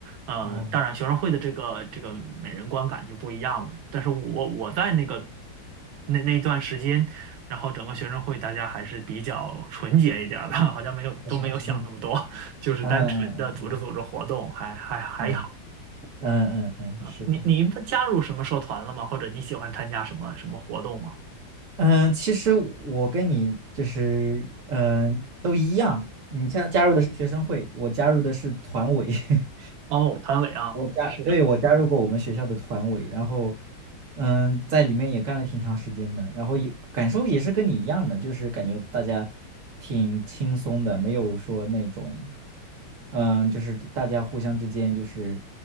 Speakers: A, on the right (about 85°); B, on the right (about 45°).
A: 嗯，
B: 哦，
A: 当然学生会的这个这个每人观感就不一样了。但是我我在那个那那一段时间，然后整个学生会大家还是比较纯洁一点儿的，<laughs> 好像没有都没有想那么多，
B: <laughs> 我想起，嗯
A: 就是单纯的组织组织活动，
B: 嗯嗯嗯。
A: 还还还好。
B: 嗯嗯嗯嗯，
A: 嗯，
B: 是的，
A: 你你加入什么社团了吗？或者你喜欢参加什么什么活动吗？
B: 嗯，其实我跟你就是嗯都一样，你加加入的是学生会，我加入的是团委，<laughs>
A: 哦，团委啊，
B: 我加，
A: 是的。
B: 对，我加入过我们学校的团委，然后嗯在里面也干了挺长时间的，然后也感受也是跟你一样的，就是感觉大家挺轻松的，没有说那种嗯就是大家互相之间就是